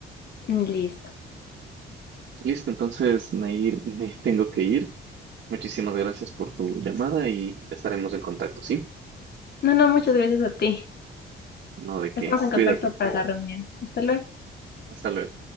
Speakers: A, on the left; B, on the right.
A: Mm, Listo.
B: Listo, entonces, Nair, me <laughs> tengo que ir. Muchísimas gracias por tu llamada y estaremos en contacto, ¿sí?
A: No, no, muchas gracias a ti.
B: No de qué,
A: Estamos en
B: cuídate.
A: contacto para la reunión. Hasta luego.
B: Hasta luego.